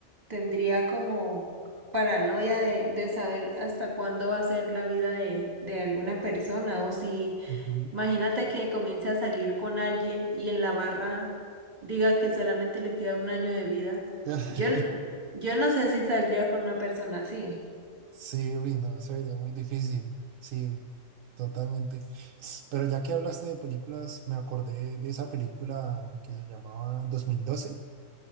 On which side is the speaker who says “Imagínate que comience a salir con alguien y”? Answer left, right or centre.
Right